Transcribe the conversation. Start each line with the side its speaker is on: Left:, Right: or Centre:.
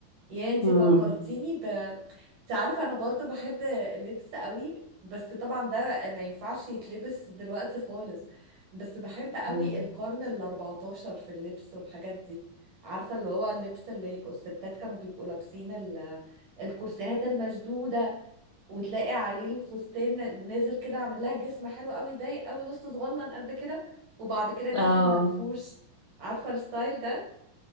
Right: يا انتي
Left: امم
Right: فكرتيني ب انت عارفة انا برضو بحب اللبس قوي بس طبعا ده ما ينفعش يتلبس دلوقتي خالص بس بحب قوي
Left: امم
Right: القرن الاربعتاشر في اللبس والحاجات دي عارفة اللي هو اللبس اللي يبقوا الستات كانوا بيبقوا لابسين ال... الكرسيهات المشدودة وتلاقي عليه الفستان نازل كده عامل لها جسم حلو قوي ضيق قوي وسط صغنن قد كده وبعد كده نازل
Left: اه
Right: منفوش عارفة الستايل ده